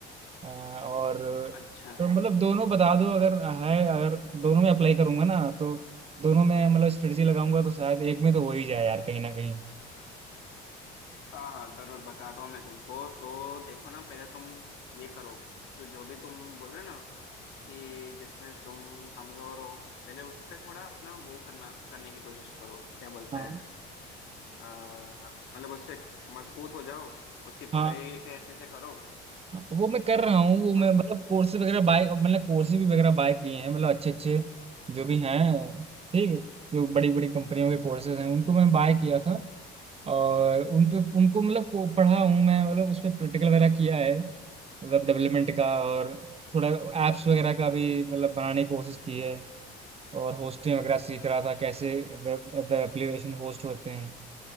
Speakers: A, on the right (about 30°); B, on the left (about 70°).
A: अ, और
B: अच्छा
A: तो मतलब दोनों बता दो अगर है अगर दोनों में अप्लाई करूंगा ना तो दोनों में मतलब स्ट्रेटजी लगाऊंगा तो शायद एक में तो हो ही जाए यार कहीं ना कहीं
B: हाँ हाँ जरूर बताता हूँ मैं तुमको तो देखो ना पहले तुम ये करो तो जो भी तुम बोल रहे हो ना कि जिसमें तुम कमजोर हो पहले उस पे थोड़ा अपना वो करना करने की कोशिश करो क्या बोलते
A: हाँ
B: हैं अ, मतलब उस पे मजबूत हो जाओ उसकी
A: हाँ
B: पढ़ाई लिखाई अच्छे से करो
A: वो मैं कर रहा हूँ वो मैं
B: पर
A: मतलब कोर्सेज वगैरह बाय मतलब कोर्सेज भी वगैरह बाय किए हैं मतलब अच्छे अच्छे जो भी हैं ठीक जो बड़ी बड़ी कंपनियों के कोर्सेज हैं उनको मैं बाय किया था और उन पे उनको मतलब वो पढ़ा हूँ मैं मतलब उस पर प्रैक्टिकल वगैरह किया है वेब डेवलपमेंट का और थोड़ा ऐप्स वगैरह का भी मतलब बनाने की कोशिश की है और होस्टिंग वगैरह सीख रहा था कैसे वेब वेब एप्लीकेशन होस्ट होते हैं